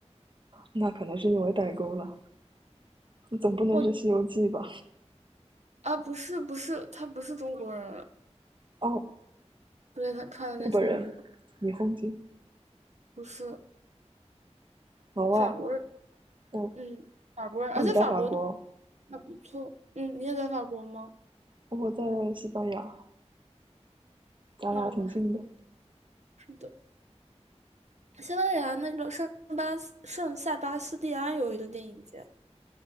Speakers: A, on the right; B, on the right.
A: 那可能是因为代沟了。你总不能是《西游记》吧？
B: 我啊，不是不是，他不是中国人，
A: 哦，
B: 所以他看的那些我就不
A: 日本人，你轰击
B: 不是
A: 老外，
B: 法国人，
A: 哦
B: 嗯，法国人，
A: 哦，
B: 而且法国都
A: 你在法国，
B: 还不错，嗯，你也在法国吗？
A: 哦我在西班牙，咱俩挺近的。
B: 那我们还是的。西班牙那个圣巴斯圣塞巴斯蒂安有一个电影节，